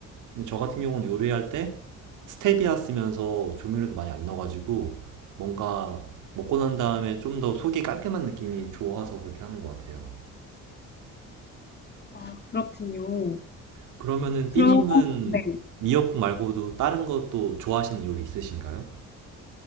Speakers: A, on the right; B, on the left.
A: 근데 저 같은 경우는 요리할 때 스테비아 쓰면서 조미료도 많이 안 넣어가지고 뭔가 먹고 난 다음에 좀 더 속이 깔끔한 느낌이 좋아서 그렇게 하는 것 같아요.
B: 아, 그렇군요.
A: 그러면은 삐님은
B: 그럼, 네.
A: 미역국 말고도 다른 것도 좋아하시는 요리 있으신가요?